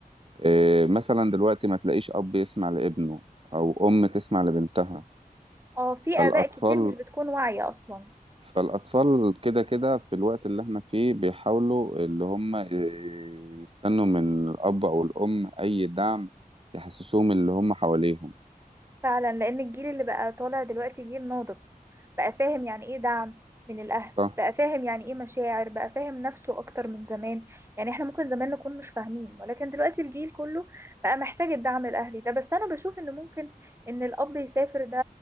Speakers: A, on the right; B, on the right.
A: آه، مثلا دلوقتي ما تلاقيش اب يسمع لابنه او ام تسمع لبنتها
B: اه في
A: فالاطفال
B: آباء كتير مش بتكون واعية أصلا
A: فالأطفال كده كده في الوقت اللي احنا فيه بيحاولوا اللي هم ي- يستنوا من الأب أو الأم أي دعم يحسسوهم اللي هم حواليهم
B: فعلا لان الجيل اللي بقى طالع دلوقتي جيل ناضج بقى فاهم يعني ايه دعم من الاهل
A: صح؟
B: بقى فاهم يعني ايه مشاعر بقى فاهم نفسه اكتر من زمان يعني احنا ممكن زمان نكون مش فاهمين ولكن دلوقتي الجيل كله بقى محتاج الدعم الاهلي ده بس انا بشوف ان ممكن ان الاب يسافر ده